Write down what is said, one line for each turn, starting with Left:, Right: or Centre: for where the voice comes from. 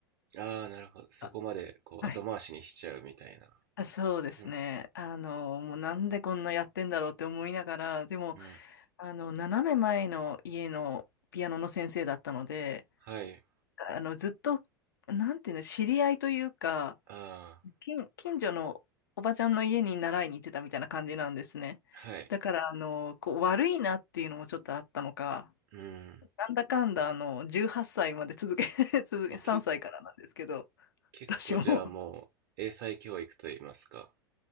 Right: ああ、なるほど。そこまで、
Left: あ
Right: こう、
Left: はい。
Right: 後回しにしちゃうみたいな。
Left: あそうですね。
Right: うん。
Left: あの、もうなんでこんなやってんだろうって思いながら、でも、
Right: うん。
Left: あの、斜め前の家のピアノの先生だったので、
Right: はい。
Left: あの、ずっと、なんていうの、知り合いというか、
Right: ああ、
Left: 近、近所のおばちゃんの家に習いに行ってたみたいな感じなんですね。
Right: はい。
Left: だから、あの、こう、悪いなっていうのもちょっとあったのか、
Right: うん。
Left: なんだかんだ、あの、18歳まで続け、<laughs> 続け、
Right: あ、
Left: 3歳からなんですけど、
Right: け、結構じゃあもう、
Left: 私も。
Right: 英才教育といいますか、